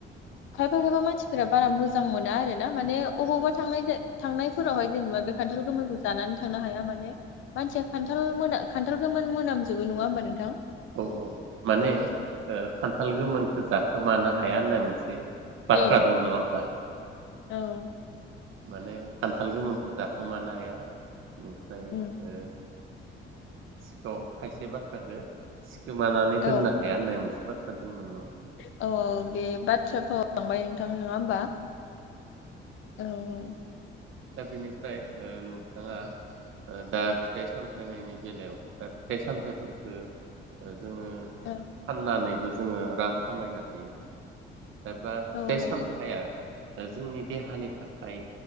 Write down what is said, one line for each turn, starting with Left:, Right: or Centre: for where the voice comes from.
Left: खायफा खायफा मानसि बारा मोजां मोना आरोना माने अबावबा थांनायजाय-थांनायफोरावहाय जेनेबा बे खान्थाल गोमोन जानानै थांनो हाया माने मानसिया खान्थाल मोनो खान्थाल गोमोन मोनाम जोबो नङा होनबा नोंथां।
Right: औ औ माने ओ खान्थाल गोमोनखो जाखोमानो हाया होननाय मोनसे। बाथ्रा
Left: औ
Right: दं नङा होमबा।
Left: औ
Right: माने। खान्थाल गोमोनखौ जाखो खोमानो हाया। ओमफ्राय
Left: उम
Right: ओ सिखाव खायसे बाथ्राखो। गोमानानै
Left: औ
Right: दोननो हाया होननाय मोनसे बाथ्रा दोंमोन न
Left: <unintelligible> नङा होमबा औ औ।
Right: दा बेनिफ्राय ओ नोंथाङा ओ दा फिथाइ सामथायनायनि बेलायाव दा फिथाइ सामथायफोरखो ओ जोङो
Left: औ
Right: फाननानैबो जोङो रां खामायनो हायो। बा फिथाइ
Left: औ हायो
Right: सामथाइया ओ जोंनि देहानि थाखाय